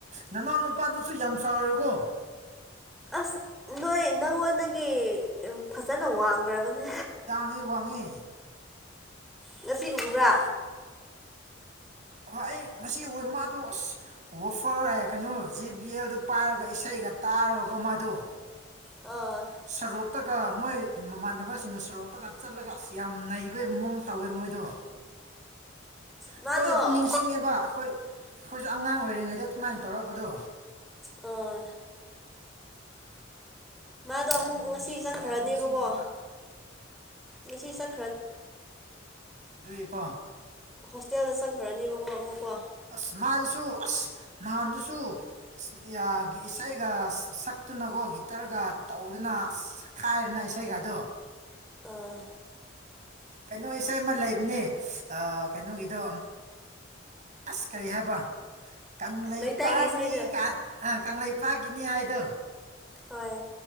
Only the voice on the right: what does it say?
ꯅꯅꯥꯎ ꯅꯨꯄꯥꯗꯨꯁꯨ ꯌꯥꯝ ꯆꯥꯎꯔꯦꯀꯣ
ꯑꯩ ꯋꯥꯡꯉꯦ
ꯍꯣꯏ ꯑꯩ ꯉꯁꯤ ꯎꯏ ꯃꯥꯗꯣ ꯑꯁ ꯋꯥꯐꯔ ꯑꯦ ꯀꯩꯅꯣ ꯖꯤ ꯕꯤ ꯑꯦꯜꯗꯨ ꯄꯥꯏꯔꯒ ꯏꯁꯩꯒ ꯇꯥꯔꯀꯣ ꯃꯥꯗꯨ
ꯁꯣꯔꯣꯛꯇꯒ ꯃꯣꯏ ꯃꯃꯥꯟꯅꯕꯁꯤꯡꯅ ꯁꯣꯔꯣꯛꯇꯒ ꯆꯠꯂꯒ ꯑꯁ ꯌꯥꯝ ꯅꯩꯕꯩ ꯃꯑꯣꯡ ꯇꯧꯋꯦ ꯃꯣꯏꯗꯣ
ꯑꯩꯈꯣꯏ ꯑꯗꯨꯝ ꯅꯤꯡꯁꯤꯡꯉꯦꯕ ꯑꯩꯈꯣꯏ ꯑꯩꯈꯣꯏꯁꯨ ꯑꯉꯥꯡ ꯑꯣꯏꯔꯤꯉꯩꯗ ꯑꯗꯨꯃꯥꯏꯅ ꯇꯧꯔꯛꯄꯗꯣ
ꯌꯥꯝꯅ
ꯅꯨꯡꯁꯤ
ꯌꯥꯝ ꯅꯤꯡꯁꯤꯡꯉꯦꯕ
ꯗꯨꯗꯤꯀꯣ
ꯑꯁ ꯃꯥꯗꯨꯁꯨ ꯑꯁ ꯅꯍꯥꯟꯗꯨꯁꯨ ꯑ ꯏꯁꯩꯒ ꯁꯛꯇꯨꯅꯀꯣ ꯒꯤꯇꯔꯒ ꯇꯧꯗꯨꯅ ꯈꯥꯏꯔꯅ ꯏꯁꯩꯒꯥꯗꯣ
ꯀꯩꯅꯣ ꯏꯁꯩ ꯑꯃ ꯂꯩꯕꯅꯦ ꯀꯩꯅꯣꯒꯤꯗꯣ ꯑꯁ ꯀꯔꯤ ꯍꯥꯏꯕ ꯀꯪꯂꯩꯄꯥꯛꯅꯤ
ꯑ ꯀꯪꯂꯩꯄꯥꯛꯀꯤꯅꯤ ꯍꯥꯏꯗꯣ